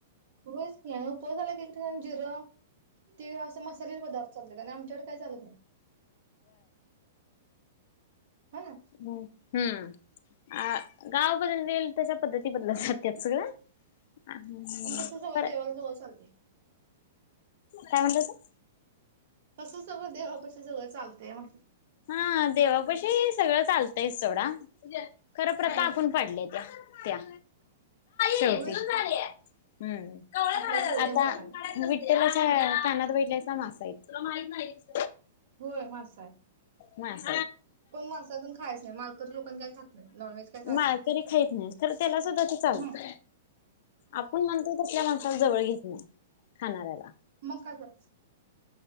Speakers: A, on the right; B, on the left.
A: होय उपवासाला झाला की जिरं ते असं मसाल्याचे पदार्थ चालले आणि आमच्याकड काही चालत नाही. हा ना
B: हो हम्म. अ गाव बदलतील तशा पद्धती बदल जात सगळं हम्म.
A: पण तस सगळं
B: पर
A: देवाला जवळ चालते.
B: काय म्हणलासा?
A: तसं सगळं देवापाशी सगळं चालतेय म्हटल.
B: हा देवापशी सगळं चालतंयस सोडा. खरं प्रता
A: हम्म
B: आपण पाडल्या आहे त्या. त्या ठेवते
A: होयच
B: हम्म
A: की आपल्या सोयीनुसार
B: आता
A: आणि
B: त्याला कानात बैठल्यायचा मासा येते.
A: होय मासाय
B: म <unintelligible>
A: पण मासातून खायच नाही मालकरी लोकां काय खात नाही नॉनव्हेज काय खायच
B: माळकरी
A: नाही
B: खाईत नाही खरं त्याला सुद्धा ते चालतं
A: हम्म.
B: आपण म्हणतोय तसल्या जवळ घेत नाही खाणाऱ्याला
A: म का ग